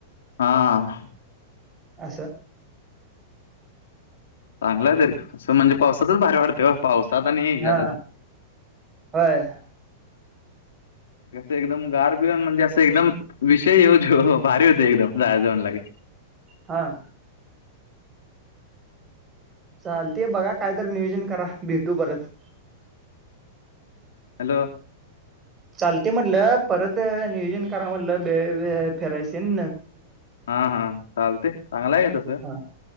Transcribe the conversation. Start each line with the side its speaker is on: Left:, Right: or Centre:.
Left: हा.
Right: अस.
Left: चांगलय तरी. असं म्हणजे पावसातच भारी वाटते हो. पावसात आणि जा
Right: हा
Left: क
Right: होय
Left: एकदम गारबीण, म्हणजे असं एकदम विषय ये जो भारी होते एकदम. जायाच म्हणलं की.
Right: हा. चाल ते बघा. कायतरी नियोजन करा. भेटू परत.
Left: हॅलो.
Right: चालते म्हणलं. परत नियोजन करा म्हणलं. बे बे फेरायचन
Left: हा हा चालते य. चागलाय का तस.
Right: हा